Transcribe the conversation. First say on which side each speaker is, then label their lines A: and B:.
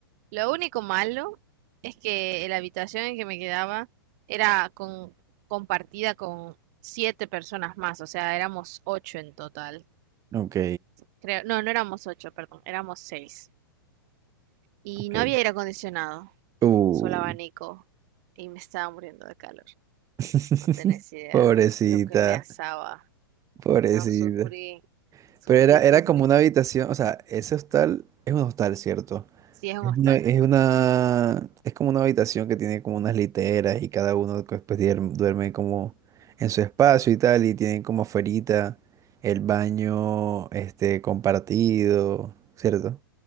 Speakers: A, on the right (about 45°); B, on the right (about 25°).
A: Lo único malo es que la habitación en que me quedaba era con, compartida con siete personas más, o sea, éramos ocho en total.
B: ok,
A: Creo, no, no éramos ocho, perdón, éramos seis. Y
B: ok.
A: no había aire acondicionado,
B: Uh.
A: solo abanico. Y me estaba muriendo de calor.
B: <laughs>
A: No tenés idea
B: Pobrecita,
A: lo que me asaba.
B: pobrecita.
A: No, sufrí, sufrí,
B: Pero era,
A: sufrí.
B: era como una habitación, o sea, ese hostal es un hostal, ¿cierto?
A: Sí, es un
B: Es
A: hostal.
B: una, es una- es como una habitación que tiene como unas literas y cada uno después duerme como en su espacio y tal, y tienen como afuerita el baño este compartido, ¿cierto?